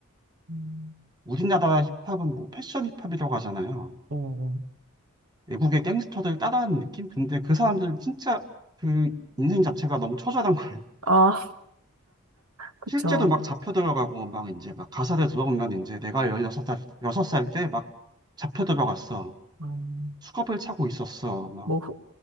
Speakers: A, on the right; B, on the right.
A: 음,
B: 우리나라 힙합은 뭐 패션 힙합이라고 하잖아요.
A: 어, 어.
B: 외국의 갱스터들 따라하는 느낌? 근데 그 사람들 진짜 그 인생 자체가 너무 처절한 거예요. <laughs>
A: 아, 그쵸.
B: 실제로 막 잡혀 들어가고 막 이제 막 가사를 들어보면 이제 내가 16살, 여섯 살 때 막 잡혀 들어갔어.
A: 음,
B: 수갑을 차고 있었어. 막,
A: 뭐, 흑,